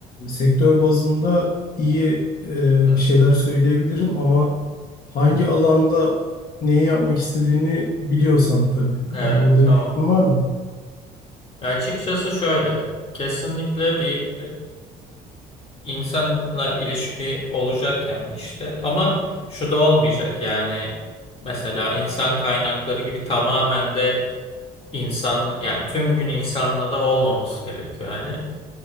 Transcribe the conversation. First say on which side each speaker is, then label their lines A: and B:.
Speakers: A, on the left (about 60°); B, on the left (about 35°).
A: Sektör bazında iyi e,
B: evet,
A: bir şeyler söyleyebilirim ama hangi
B: hı hı,
A: alanda neyi yapmak istediğini biliyorsan tabii.
B: evet,
A: Yani orada
B: tamam.
A: bir fikrin var mı?
B: Ya açıkçası şöyle kesinlikle bir insanla ilişki olacak yani işte. Ama şu da olmayacak yani mesela insan kaynakları gibi tamamen de insan yani tüm gün insanla da olmaması gerekiyor yani.